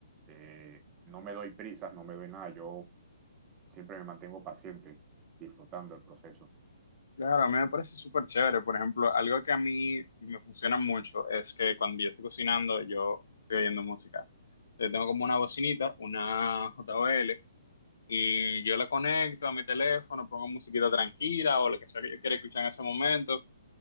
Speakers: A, on the right; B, on the left.
A: eh, no me doy prisas, no me doy nada. Yo siempre me mantengo paciente, disfrutando el proceso.
B: Claro, a mí me parece súper chévere. Por ejemplo, algo que a mí me funciona mucho es que cuando yo estoy cocinando, yo estoy oyendo música. Yo tengo como una bocinita, una JBL, y yo la conecto a mi teléfono, pongo musiquita tranquila o lo que sea que yo quiera escuchar en ese momento,